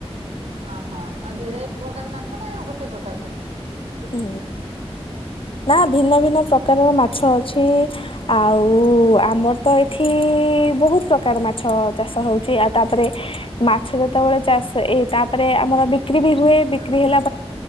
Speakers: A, on the right; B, on the left.
A: ଓହୋ ହ, ଆଉ ଭେରାଇଟି ପ୍ରକାର ମାଛ ନା ଆଉ ଗୋଟେ ପ୍ରକାର?
B: ହଁ ନା ଭିନ୍ନ ଭିନ୍ନ ପ୍ରକାରର ମାଛ ଅଛି। ଆଉ ଆମର ତ ଏଠି ବହୁତ ପ୍ରକାର ମାଛ ଚାଷ ହେଉଚି, ଆଉ ତାପରେ ମାଛ ଯେତେବେଳେ ଚାଷ, ଏ ତାପରେ ଆମର ବିକ୍ରି ବି ହୁଏ, ବିକ୍ରି ହେଲା